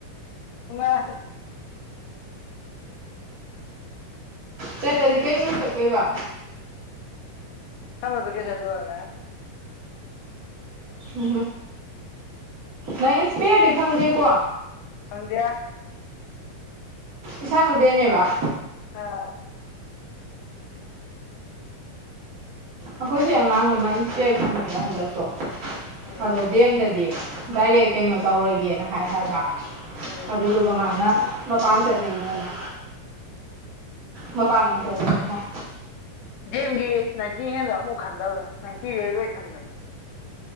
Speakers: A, on the left (about 80°); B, on the right (about 70°).
A: ꯅꯨꯉꯥꯏ
B: ꯆꯠꯄꯗꯤ ꯀꯩ ꯅꯨꯃꯤꯠ ꯆꯠꯇꯣꯏꯕ
A: ꯁꯝꯃꯔ ꯚ‌ꯦꯀ‌ꯦꯁꯟ ꯂꫭꯏꯔꯒ
B: ꯎꯝ ꯅꯪ ꯏꯟꯁꯄꯤꯌꯔꯗꯤ ꯐꯪꯗꯦꯀꯣ
A: ꯐꯪꯗ‌ꯦ
B: ꯏꯁꯥꯟꯎꯗꯦꯅꯦꯕ <unintelligible>
A: ꯑꯥ
B: ꯑꯩꯈꯣꯏꯁꯨ ꯑꯉꯥꯡ ꯑꯃ ꯏꯟꯁꯄꯤꯌꯔ ꯐꯪꯉꯦꯕ ꯍꯟꯗꯛꯇꯣ
A: ꯎꯝ
B: ꯑꯗꯣ ꯗꯤꯑꯦꯝꯗꯗꯤ ꯗꯥꯏꯔꯦꯛ ꯀꯩꯅꯣ ꯇꯧꯔꯒꯦꯅ ꯍꯥꯏ ꯍꯥꯏꯕ
A: ꯎꯝ
B: ꯑꯗꯨꯗꯨꯒ ꯃꯥꯅ ꯃꯄꯥꯟ ꯆꯠꯅꯤꯡꯉꯦꯅ ꯃꯄꯥꯟꯂꯣꯝ ꯆꯠꯂꯅꯤ ꯍꯥꯏ꯫
A: ꯗꯤ ꯑꯦꯝꯒꯤ ꯅꯥꯏꯟꯇꯤ ꯍꯦꯟꯗꯕ ꯑꯃꯧ ꯈꯟꯗꯕꯅꯦ ꯅꯥꯏꯟꯇꯤꯗꯒꯤ ꯂꯣꯏ ꯈꯟꯕꯅꯦ